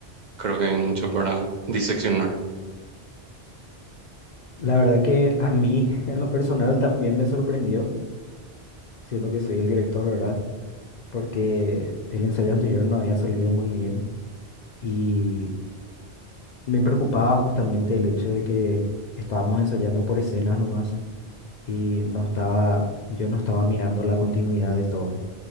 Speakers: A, on the right; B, on the left.
A: creo que hay mucho para diseccionar.
B: La verdad que a mí, <laughs> en lo personal, también me sorprendió, siendo que soy el director, ¿verdad? Porque el ensayo anterior no había salido muy bien y me preocupaba justamente el hecho de que estábamos ensayando por escenas nomás y no estaba, yo no estaba mirando la continuidad de todo.